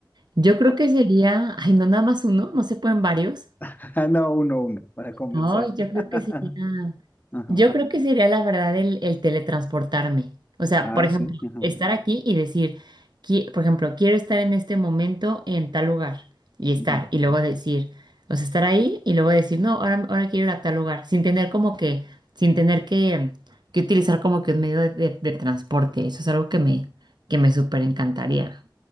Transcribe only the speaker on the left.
<laughs>
Ah, No, uno, uno, para comenzar.
<laughs>
Ajá.
Ah,
sí, ajá.
ujú.